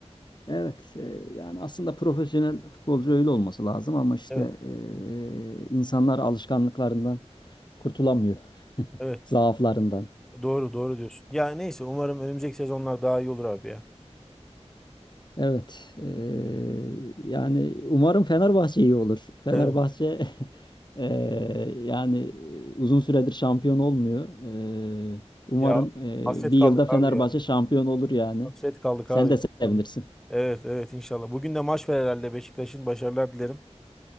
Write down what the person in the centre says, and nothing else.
Evet,
evet.
Doğru, doğru diyorsun. Ya neyse umarım önümüzdeki sezonlar daha iyi olur abi ya.
Evet.
Ya
hasret
kaldık
abi ya.
Hasret kaldık
abi. İnşallah.
Evet evet inşallah. Bugün de maç var herhalde. Beşiktaş'ın başarılar dilerim.